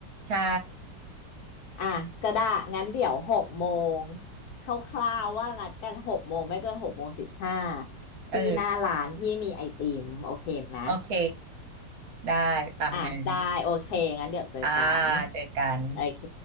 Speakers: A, on the right (about 65°); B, on the left (about 65°).
A: ใช่
B: อ่ะก็ได้งั้นเดี๋ยวหกโมงคร่าวๆว่านัดกันหกโมงไม่เกินหกโมงสิบห้า
A: เออ
B: ที่หน้าร้านที่มีไอติมโอเคนะ
A: โอเค ได้ ตามนั้น
B: อ่ะได้โอเคงั้นเดี๋ยวเจอกัน
A: อ่าเจอกัน
B: โอเค